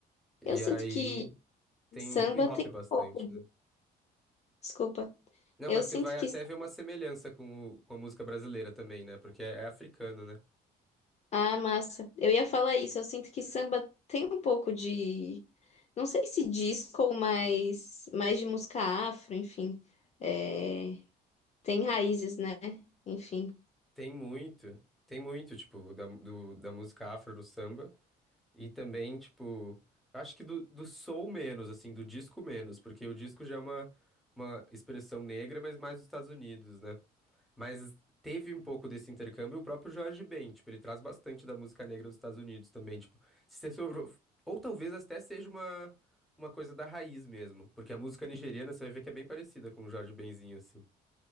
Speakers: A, in the centre; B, on the left.
A: E
B: Eu sinto
A: aí
B: que
A: tem
B: samba
A: hip hop
B: tem
A: bastante,
B: um pouco de...
A: né?
B: Desculpa.
A: Não,
B: Eu
A: mas
B: sinto
A: você vai
B: que...
A: até ver uma semelhança com, o- com a música brasileira também, né? Porque é, é africano, né?
B: Ah, massa. Eu ia falar isso. Eu sinto que samba tem um pouco de... Não sei se disco, mas mais de música afro, enfim. É... Tem raízes, né? Enfim.
A: Tem muito, tem muito, tipo, da, do- da música afro no samba. E também, tipo, acho que do, do soul menos, assim, do disco menos, porque o disco já é uma, uma expressão negra, mas mais dos Estados Unidos, né? Mas teve um pouco desse intercâmbio o próprio Jorge Ben, tipo, ele traz bastante da música negra dos Estados Unidos também, tipo, se você sobrou... ou talvez até seja uma uma coisa da raiz mesmo, porque a música nigeriana você vai ver que é bem parecida com o Jorge Benzinho assim.